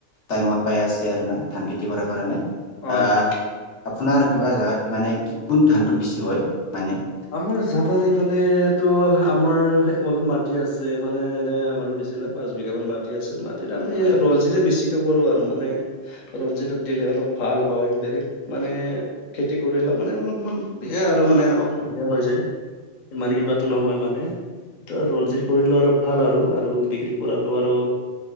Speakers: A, on the left (about 75°); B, on the left (about 45°).
A: টাইমত পাই আছে আৰু না ধান খেতি কৰাৰ কাৰণে।
B: হয়
A: আহ
B: হয় হয়
A: আপোনাৰ কিবা জোগাত মানে কি কোন ধানটো বেছি হয়? মানে
B: আমাৰ জাগাৰ এইফালে তো আমাৰ অলপ মাটি আছে। মানে এনে আমাৰো বেছি নাই। পাঁচ বিঘামান মাটি আছে। মাটিত
A: হয়
B: আমি
A: হয়
B: ৰঞ্জিতে বেছিকৈ কৰোঁ আৰু মানে ৰঞ্জিতটো দিলে অলপ ভাল হয়। বেলেগ
A: হয়
B: মানে
A: হয়
B: খেতি কৰিলে মানে অলপমান বেয়া আৰু মানে অলপ বেয়া হৈ যায়। ইমান
A: হয়
B: কিবাটো
A: হয়
B: নহয় মানে ৰঞ্জিত
A: হয়
B: কৰিলো আৰু ভাল আৰু আৰু বিক্ৰী কৰাটো আৰু